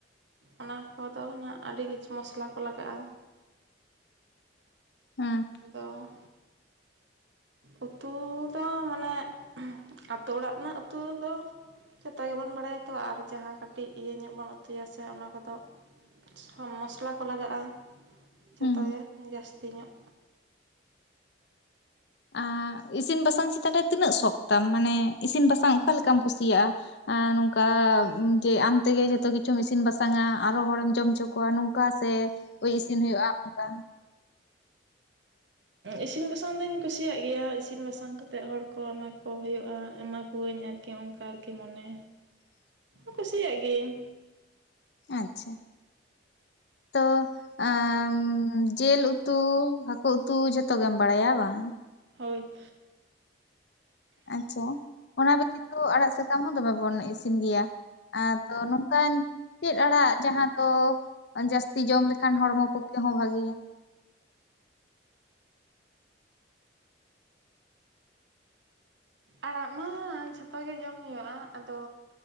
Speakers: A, on the right (about 70°); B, on the left (about 60°).
A: ᱚᱱᱟ ᱠᱚᱫᱚ ᱱᱟᱸᱜ ᱟᱹᱰᱤ ᱠᱤᱪᱷᱩ ᱢᱚᱥᱞᱟ ᱠᱚ ᱞᱟᱜᱟᱜᱼᱟ᱾
B: ᱦᱮᱸ᱾
A: ᱟᱫᱚ ᱩᱛᱩ ᱫᱚ ᱢᱟᱱᱮ ᱟᱛᱳ ᱚᱲᱟᱜ ᱨᱮᱱᱟᱜ ᱩᱛᱩ ᱫᱚ ᱡᱷᱚᱛᱚ ᱜᱮᱵᱚᱱ ᱵᱟᱲᱟᱭᱟ ᱛᱚ ᱟᱨ ᱡᱟᱦᱟᱸ ᱠᱟᱹᱴᱤᱡ ᱤᱭᱟᱹ ᱧᱚᱜ ᱵᱚᱱ ᱩᱛᱩᱭᱟ ᱥᱮ ᱚᱱᱟ ᱠᱚᱫᱚ ᱥᱚᱱ ᱢᱚᱥᱞᱟ ᱠᱚ ᱞᱟᱜᱟᱜᱼᱟ ᱡᱷᱚᱛᱚ
B: ᱦᱩᱸ
A: ᱜᱮ ᱡᱟᱹᱥᱛᱤ ᱧᱚᱜ᱾
B: ᱟᱨ ᱤᱥᱤᱱ ᱵᱟᱥᱟᱝ ᱪᱮᱛᱟᱱ ᱨᱮ ᱛᱤᱱᱟᱹᱜ ᱥᱚᱠᱷᱛᱟᱢ ᱢᱟᱱᱮ ᱤᱥᱤᱱ ᱵᱟᱥᱟᱝ ᱚᱠᱟ ᱞᱮᱠᱟᱢ ᱠᱩᱥᱤᱭᱟᱜᱼᱟ? ᱟ ᱱᱚᱝᱠᱟ ᱡᱮ ᱟᱢᱛᱮᱜᱮ ᱡᱷᱚᱛᱚ ᱠᱤᱪᱷᱩᱢ ᱤᱥᱤᱱ ᱵᱟᱥᱟᱝᱼᱟ ᱟᱨᱚ ᱦᱚᱲᱮᱢ ᱡᱚᱢ ᱦᱚᱪᱚ ᱠᱚᱣᱟ ᱱᱚᱝ ᱠᱚᱣᱟ ᱥᱮ ᱳᱭ ᱤᱥᱤᱱ ᱦᱳᱭᱳᱜᱼᱟ ᱚᱝᱠᱟ᱾
A: ᱤᱥᱤᱱ ᱵᱟᱥᱟᱝ ᱫᱩᱧ ᱠᱩᱥᱤᱭᱟᱜ ᱜᱮᱭᱟ ᱤᱥᱤᱱ ᱵᱟᱥᱟᱝ ᱠᱟᱛᱮᱜ ᱦᱚᱲ ᱠᱚ ᱮᱢᱟ ᱠᱚ ᱦᱳᱭᱳᱜᱼᱟ ᱮᱢᱟ ᱠᱩᱣᱟᱹᱧ ᱟᱨ ᱠᱤ ᱚᱝᱠᱟ ᱟᱨᱠᱤ ᱢᱚᱱᱮ᱾
B: <inaudible>
A: ᱠᱩᱥᱤᱭᱟᱜ ᱜᱤᱭᱟᱹᱧ᱾
B: ᱟᱪᱪᱷᱟ ᱛᱚ ᱟᱢ ᱡᱮᱞ ᱩᱛᱩ ᱦᱟᱹᱠᱩ ᱩᱛᱩ ᱡᱷᱚᱛᱚ ᱜᱮᱢ ᱵᱟᱲᱟᱭᱟ ᱵᱟᱝ?
A: ᱦᱳᱭ᱾
B: ᱟᱪᱪᱷᱟ ᱚᱱᱟ ᱵᱮᱛᱤᱛᱚ ᱟᱲᱟᱜ ᱥᱟᱠᱟᱢ ᱦᱚᱸ ᱫᱚᱢᱮ ᱵᱚᱱ ᱤᱥᱤᱱ ᱜᱮᱭᱟ᱾ ᱟᱫᱚ ᱱᱚᱝᱠᱟᱱ ᱪᱮᱫ ᱟᱲᱟᱜ ᱡᱟᱦᱟᱸ ᱫᱚ ᱡᱟᱹᱥᱛᱤ ᱡᱚᱢ ᱞᱮᱠᱷᱟᱱ ᱦᱚᱲᱢᱚ ᱯᱚᱠᱠᱷᱮ ᱦᱚᱸ ᱵᱷᱟᱜᱮᱭᱟ?
A: ᱟᱲᱟᱜ ᱢᱟ ᱡᱷᱚᱛᱚ ᱜᱮ ᱡᱚᱢ ᱦᱳᱭᱳᱜᱼᱟ ᱟᱫᱚ